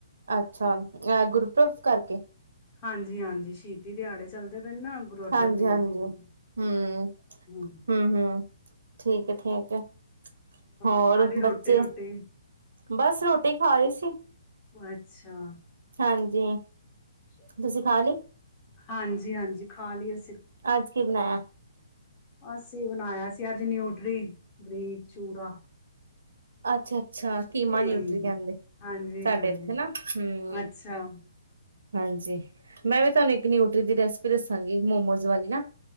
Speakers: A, on the right; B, on the left.
A: ਅੱਛਾ ਅ ਗੁਰਪੁਰਬ ਕਰਕੇ।
B: ਹਾਂਜੀ-ਹਾਂਜੀ ਸ਼ਹੀਦੀ ਦਿਹਾੜੇ ਚੱਲਦੇ ਪਏ ਨੇ ਨਾ ਗੁਰੂ ਅਰਜਨ
A: ਹਾਂਜੀ-ਹਾਂਜੀ
B: ਦੇਵ ਜੀ ਦੇ।
A: ਹਮ
B: ਹੂੰ,
A: ਹਮ ਹਮ ਠੀਕ ਹੈ, ਠੀਕ ਹੋਰ
B: ਖਾ ਲਈ ਰੋਟੀ-ਰੂਟੀ?
A: ਬੱਚੇ ਬਸ ਰੋਟੀ ਖਾ ਰਹੀ ਸੀ।
B: ਅੱਛਾ
A: ਹਾਂਜੀ
B: ਸ਼ ਚ
A: ਤੁਸੀਂ ਖਾ ਲਈ
B: ਹਾਂਜੀ-ਹਾਂਜੀ ਖਾ ਲਈਏ
A: ਆਜ ਕੀ ਬਣਾਇਆ?
B: ਅਸੀਂ ਬਣਾਇਆ ਸੀ ਅੱਜ ਨਿਊਟਰੀ ਬਰੀਜ। ਚੂਰਾ।
A: ਅੱਛਾ-ਅੱਛਾ ਕੀਮਾ
B: ਹਾਂਜੀ,
A: ਨਿਊਟਰੀ ਕਹਿੰਦੇ,
B: ਹਾਂਜੀ-ਹਾਂਜੀ।
A: ਸਾਡੇ ਇੱਥੇ ਨਾ ਹਮ।
B: ਅੱਛਾ,
A: ਹਾਂਜੀ, ਮੈਂ ਵੀ ਤੁਹਾਨੂੰ ਇੱਕ ਨਿਊਟਰੀ ਦੀ ਰੈਸਪੀ ਦੱਸਾਂਗੀ ਮੋਮੋਜ਼ ਵਾਲੀਆਂ।